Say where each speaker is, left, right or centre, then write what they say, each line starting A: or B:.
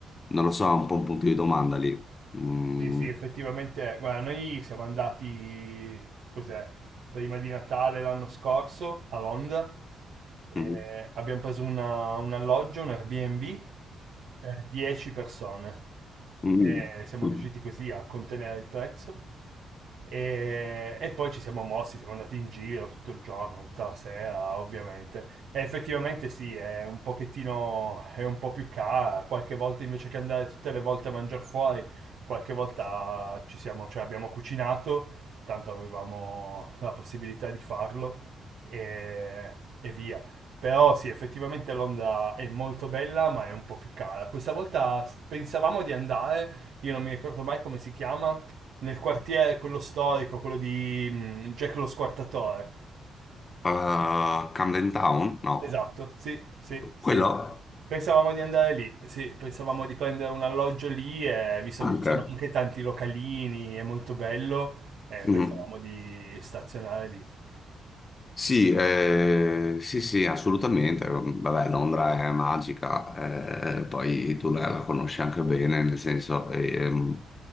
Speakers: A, on the left; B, on the right.
A: non lo so, è un po' un punto di domanda lì. Mm.
B: Sì, sì, effettivamente, guarda, noi siamo andati, cos'è, prima di Natale l'anno scorso a Londra e
A: Mhm.
B: abbiamo preso una- un alloggio, un Airbnb per 10 persone.
A: Mhm.
B: E siamo
A: Mhm.
B: riusciti così a contenere il prezzo. E, e poi ci siamo mossi, siamo andati in giro tutto il giorno, tutta la sera, ovviamente. E effettivamente sì, è un pochettino, è un po' più cara. Qualche volta invece che andare tutte le volte a mangiare fuori, qualche volta ci siamo, cioè abbiamo cucinato, tanto avevamo la possibilità di farlo e, e via. Però sì, effettivamente Londra è molto bella, ma è un po' più cara. Questa volta s- pensavamo di andare, io non mi ricordo mai come si chiama, nel quartiere, quello storico, quello di mm, Jack lo Squartatore.
A: Uh, Camden Town? No.
B: Esatto, sì, sì, sì.
A: Quello?
B: Pensavamo di andare lì, sì, pensavamo di prendere un alloggio lì, e, visto
A: Anche.
B: che ci sono anche tanti localini, è molto bello, eh,
A: Mhm.
B: pensavamo di stazionare lì.
A: Sì, eh, sì, sì, assolutamente. Vabbè, Londra è magica, eh, poi tu la, la conosci anche bene, nel senso, ehm,